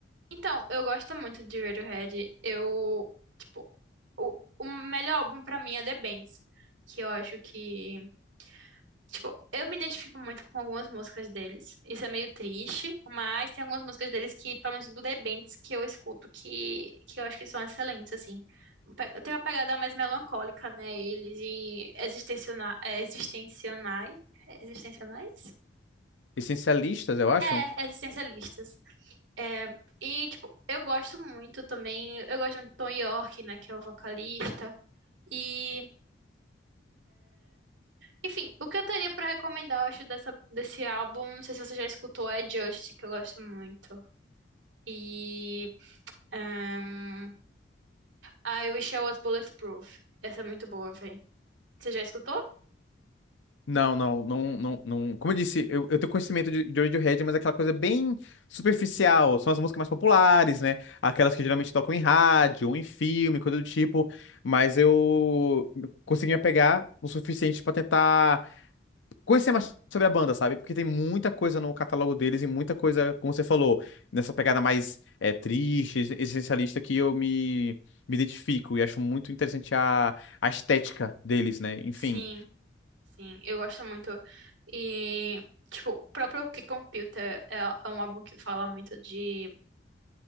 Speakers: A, on the right; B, on the left.
A: Então, eu gosto muito de Radiohead. Eu, tipo, o, o melhor álbum pra mim é The Bends, que eu acho que Tipo, eu me identifico muito com algumas músicas deles. Isso é meio triste, mas tem algumas músicas deles que, pelo menos do The Bends, que eu escuto que, que eu acho que são excelentes, assim. Pe- Eu tenho uma pegada mais melancólica, né? Eles e existenciona- é, existencionai, é existencionais?
B: Essencialistas, eu acho.
A: É, existencialistas. É, e, tipo, eu gosto muito também. Eu gosto muito do Tom York, né? Que é o vocalista. E. Enfim, o que eu teria pra recomendar, eu acho, dessa, desse álbum, não sei se você já escutou, é Just, que eu gosto muito. E ahn, I Wish I Was Bulletproof. Essa é muito boa, véi. Você já escutou?
B: Não, não, não, não, não. Como eu disse, eu, eu tenho conhecimento de, de Radiohead, mas é aquela coisa bem superficial. São as músicas mais populares, né? Aquelas que geralmente tocam em rádio, ou em filme, coisa do tipo. Mas eu consegui me apegar o suficiente pra tentar conhecer mais sobre a banda, sabe? Porque tem muita coisa no catálogo deles e muita coisa, como você falou, nessa pegada mais é, triste, ex- existencialista que eu me, me identifico e acho muito interessante a, a estética deles, né? Enfim.
A: Sim, sim, eu gosto muito. E, tipo, o próprio Key Computer é, é um álbum que fala muito de